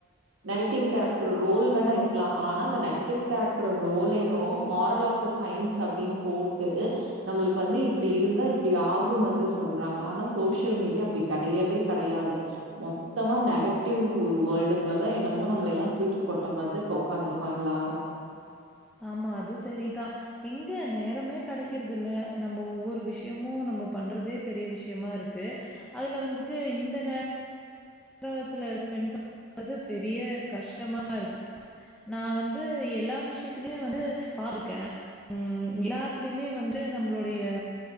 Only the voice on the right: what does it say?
நெகட்டிவ் கேரக்டர் ரோல் வேணா இருக்லா ஆனா அந்த நெகட்டிவ் கேரக்டர் ரோலையு மாரல் ஆஃப் த சய்ன்ஸ் அப்டின் போட்டு நம்மளுக்கு வந்து இப்டி இருந்தா இப்டி ஆகுன்னு வந்து சொல்றாங்க ஆனா சோஷியல் மீடியா அப்டி கெடையவே கடையாது மொத்தமா நெகட்டிவ் வேர்ல்டுக்குள்ள தா என்னமோ நம்மள எல்லா தூக்கி போட்ட மார்த இப்ப உக்காந்துருக்கோ எல்லாரு